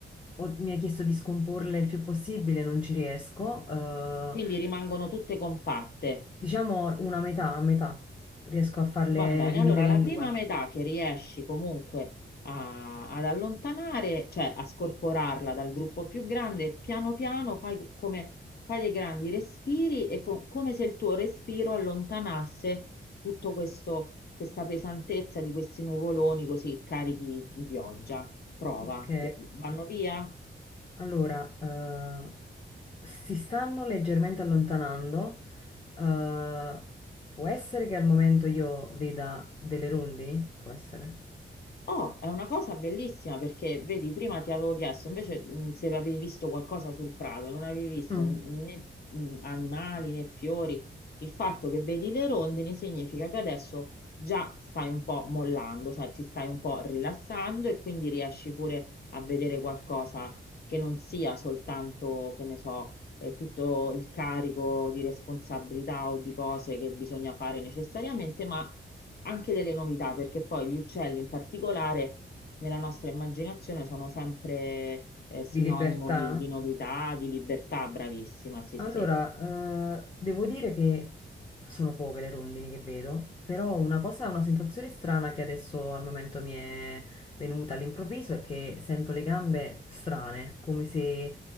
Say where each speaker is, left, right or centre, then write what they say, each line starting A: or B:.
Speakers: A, on the left (about 25°); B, on the left (about 55°).
A: ho- mi ha chiesto di scomporle il più possibile, non ci riesco. eh,
B: Quindi rimangono tutte compatte.
A: diciamo una metà, a metà, riesco a farle
B: Va bene,
A: dividere
B: allora la
A: in
B: prima
A: due.
B: metà che riesci comunque a- ad allontanare, cioè a scorporarla dal gruppo più grande, piano piano fai come fai dei grandi respiri e co- come se il tuo respiro allontanasse tutto questo, questa pesantezza di questi nuvoloni così carichi di pioggia. Prova,
A: Ok,
B: Lo- vanno via?
A: allora, eh, si stanno leggermente allontanando. eh, può essere che al momento io veda delle rondini? Può essere.
B: Oh, è una cosa bellissima perché vedi, prima ti avevo chiesto invece mh, se avevi visto qualcosa sul prato, non avevi visto
A: Mm.
B: né mh, animali né fiori. Il fatto che vedi le rondini significa che adesso già stai un po' mollando, cioè ti stai un po' rilassando e quindi riesci pure a vedere qualcosa che non sia soltanto, che ne so, eh, tutto il carico di responsabilità o di cose che bisogna fare necessariamente, ma anche delle novità, perché poi gli uccelli in particolare nella nostra immaginazione sono sempre eh, sinonimo
A: Di libertà?
B: di, di novità, di libertà, bravissima, sì,
A: Allora,
B: sì.
A: eh, devo dire che sono poche le rondini che vedo, però una cosa, una sensazione strana che adesso al momento mi è venuta all'improvviso è che sento le gambe strane, come se,